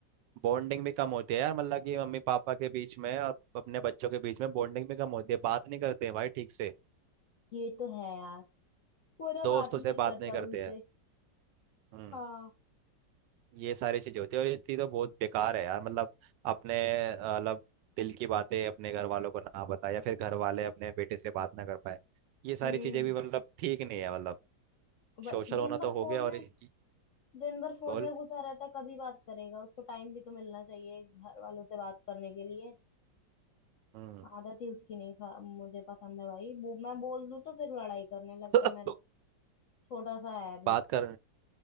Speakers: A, on the right (about 80°); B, on the left (about 55°).
A: बॉन्डिंग भी कम होती है यार मतलब कि मम्मी पापा के बीच में और अपने बच्चों के बीच में बॉन्डिंग भी कम होती है बात नहीं करते हैं भाई ठीक से
B: ये तो है यार वो ना
A: दोस्तों
B: बात ही
A: से
B: नहीं
A: बात
B: करता
A: नहीं करते
B: उनसे
A: हैं हम्म
B: हाँ
A: ये सारी चीज होती है और ये चीज़ तो बहुत बेकार है यार मतलब अपने अ, मतलब दिल की बातें अपने घर वालों को ना बताए या फिर घर वाले अपने बेटे से बात ना कर पाए ये सारी
B: हम्म
A: चीजें भी मतलब ठीक नहीं है मतलब
B: ब-
A: सोशल
B: दिन
A: होना तो
B: भर
A: हो
B: फोन
A: गया और
B: में
A: ये-
B: दिन भर फोन
A: बोल
B: में घुसा रहता कभी बात करेगा उसको टाइम भी तो मिलना चाहिए घर वालों से बात करने के लिए
A: हम्म
B: आदत ही उसकी नहीं खा मुझे पसंद है भाई वो मैं बोल दूं तो फिर लड़ाई करने लगता
A: <coughs>
B: है मेरा
A: <laughs>
B: छोटा सा है अभी
A: बात कर